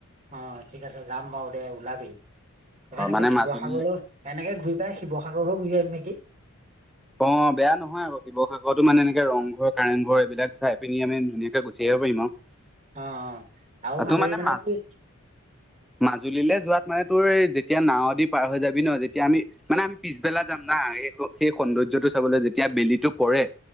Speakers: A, on the right; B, in the centre.
A: অ ঠিক আছে যাম বাৰু দে ওলাবি এইবাৰ
B: অ
A: এনেকে
B: মানে
A: শিৱসাগৰলৈ
B: মাজুলী
A: এনেকে ঘূৰি পেলাই শিৱসাগৰ হৈ ঘূৰি আহিম নেকি
B: অ বেয়া নহয় আকৌ শিৱসাগৰতো মানে এনেকে ৰংঘৰ কাৰেং ঘৰ এইবিলাক চাই পিনি মানে ধুনীয়া কে গুচি আহিব পাৰিম আৰু
A: অ আৰু
B: তাতো
A: মাজুলীত মানে
B: মা
A: কি?
B: মাজুলীলৈ যোৱাত মানে তোৰ যেতিয়া নাৱেদি পাৰ হৈ যাবি ন, যেতিয়া আমি মানে আমি পিছবেলা যাম। না সেই সৌন্দৰ্যটো চাবলৈ যেতিয়া বেলিটো পৰে,